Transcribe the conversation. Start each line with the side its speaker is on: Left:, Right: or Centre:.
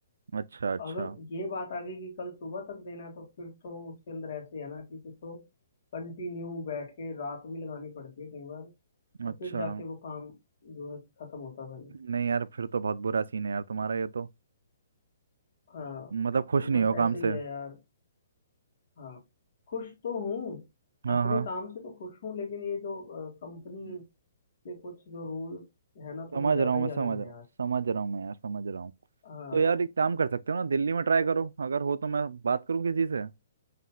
Right: अच्छा अच्छा
Left: अगर ये बात आ गई कि कल सुबह तक देना है तो फिर तो उसके अंदर ऐसे है ना कि फिर तो कंटिन्यू बैठ के रात भी लगानी पड़ती है कई बार तो
Right: अच्छा
Left: फिर जाके वो काम जो है खत्म होता है भाई
Right: नहीं यार फिर तो बहुत बुरा सीन है यार तुम्हारा ये तो
Left: हाँ
Right: मतलब खुश
Left: तो
Right: नहीं
Left: बस
Right: हो काम
Left: ऐसे ही
Right: से
Left: है यार हाँ खुश तो हूँ
Right: हाँ
Left: अपने
Right: हाँ
Left: काम से तो खुश हूँ लेकिन ये जो कंपनी
Right: हम्म।
Left: के कुछ जो रूल है ना थोड़े
Right: समझ
Left: ज्यादा
Right: रहा हूँ
Left: ही
Right: मैं समझ
Left: अलग हैं
Right: रहा
Left: यार
Right: हूँ समझ रहा हूँ मैं यार समझ रहा हूँ
Left: हाँ
Right: तो यार एक काम कर सकते हो ना दिल्ली में ट्राई करो अगर हो तो मैं बात करूँ किसी से